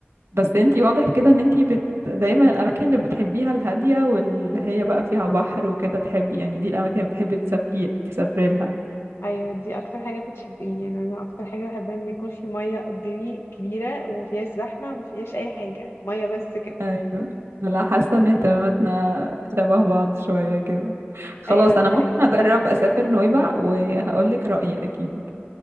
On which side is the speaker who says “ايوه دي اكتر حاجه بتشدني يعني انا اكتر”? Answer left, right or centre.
Left